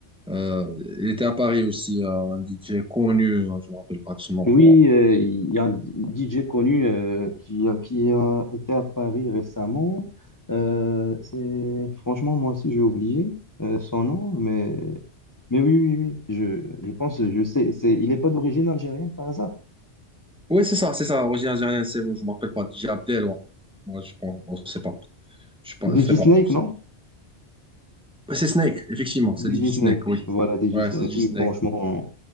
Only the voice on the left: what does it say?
Oui,
euh, il y a un DJ connu euh, qui, a- qui a été à Paris récemment. Euh, c'est franchement moi aussi j'ai oublié euh, son nom, mais mais oui oui oui, je, je pense je sais c'est il n'est pas d'origine algérienne par hasard.
DJ
Snake,
non?
DJ
Snake,
voilà DJ
Snake,
oui
franchement,